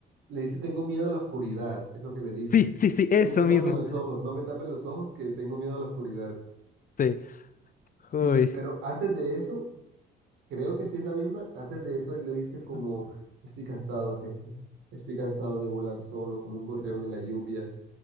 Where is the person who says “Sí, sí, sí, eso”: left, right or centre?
Left